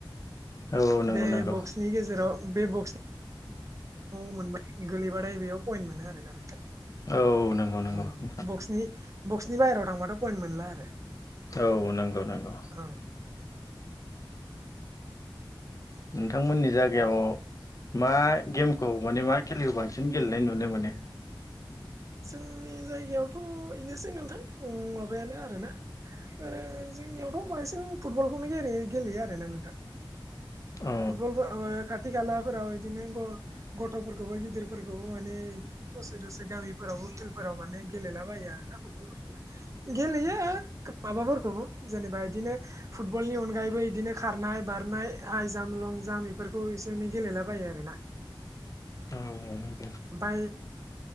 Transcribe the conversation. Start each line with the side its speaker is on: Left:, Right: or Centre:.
Left: औ नंगौ
Right: बे
Left: नंगौ
Right: बक्सनि गेजेराव बे ब औ मोनबाय गोलैबाथाय बेयाव पइन्ट मोनो आरोना नोंथां
Left: औ नोंगौ नोंगौ
Right: ओम
Left: नोंथां
Right: बक्सनि बक्सनि बाहेरायाव थांबाथ' पइन्ट मोनला आरो
Left: औ नंगौ नंगौ
Right: ओं
Left: नोंथांमोननि जायगायाव मा गेमखौ माने मा खेलिखौ बांसिन गेलेनाय नुनो मोनो
Right: जोंनि जायगायावथ' बेनोसै नोंथां माबायानो आरोना आरो जोंनियावथ' बांसिन फुटबलखौनो गेले गेलेयो आरोना नोंथा
Left: औ
Right: फुटबल खा्थि खला फोराव बिदिनो ग गथ'फोरखौबो गिदिरफोरखौबो माने बिदिनो दसे दसे गामिफोरावबो फिलप म गेलेला बोना फुटबल गेलेयो माबाबो जेनेबा बिदिनो फुटबलनि अनगायैबो बिदिनो खारनाय बारनाय जाम्प लं जाम्प बेफोरखौ एसे एनै गेलेला बायो आरोना
Left: औ औ
Right: ओमफ्राय